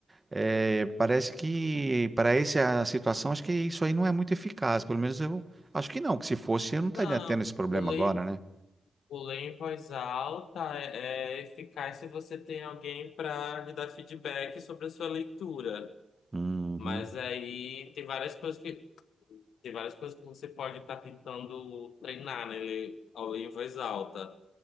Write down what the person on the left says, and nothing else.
Não,
o ler,
em-
o ler em voz alta é, é eficaz se você tem alguém para lhe dar feedback sobre a sua leitura.
Mas aí tem várias coisas que tem várias coisas que você pode estar tentando treinar, né? Ler ao ler em voz alta.